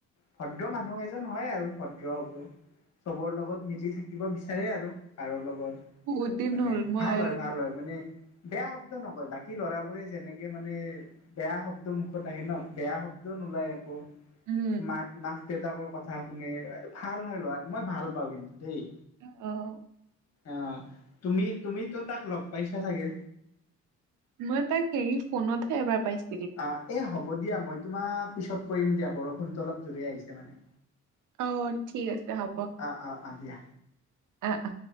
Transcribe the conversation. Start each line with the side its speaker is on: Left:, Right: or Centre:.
Left: ভদ্ৰ মানুহ এজন হয় আৰু। ভদ্ৰ হ'ব, চবৰ লগত মিলি থাকিব বিচাৰে আৰু কাৰোৰ লগত
Right: বহুত দিন
Left: মানে
Right: হ'ল মই
Left: ভাল হয়, ভাল হয় মানে বেয়া শব্দ নকয়। বাকী ল'ৰাবোৰে যেনেক সি মানে বেয়া শব্দ মুখত আহে নহ, বেয়া শব্দও নোলায় একো।
Right: উম।
Left: মাক, মাক দেউতাকৰ কথা শুনে, ভাল হয় ল'ৰাটো মই ভাল পাওঁ কিন্তু দেই।
Right: অ'।
Left: অ' তুমি তুমিতো তাক লগ পাইছা চাগে।
Right: মই তাক হেৰি ফোনতহে এবাৰ পাইছোঁ।
Left: অ' এই হ'ব দিয়া মই তোমাক পিছত কৰিম দিয়া, বৰষুণটো অলপ জোৰে আহিছে মানে।
Right: অ' ঠিক আছে হ'ব।
Left: আহ আহ আহ দিয়া।
Right: আ, আ।